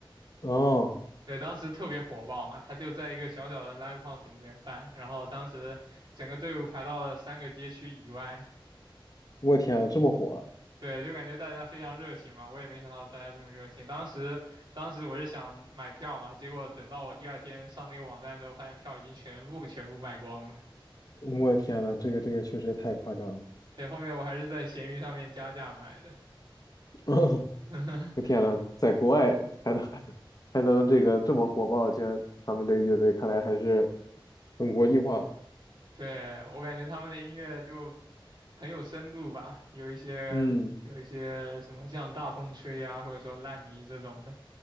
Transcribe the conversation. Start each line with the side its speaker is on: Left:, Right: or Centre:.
Left: 哦，
Right: 对，当时特别火爆嘛。他就在一个小小的 live house 里面办，然后当时整个队伍排到了三个街区以外。
Left: 我天啊，这么火。
Right: 对，就感觉大家非常热情嘛，我也没想到大家这么热情。当时，当时我是想买票嘛，结果等到我第二天上那个网站的时候，发现票已经全部全部卖光了。
Left: 我天呐，这个这个确实太夸张了！
Right: 对，后面我还是在闲鱼上面加价买的。
Left: <laughs>
Right: <laughs>
Left: 我天呐，在国外还能还能还能这个这么火爆，居然他们这个乐队看来还是很国际化。
Right: 对，我感觉他们的音乐就很有深度吧，有一些有一些什么像《大风吹》啊，
Left: 嗯
Right: 或者说《烂泥》这种的，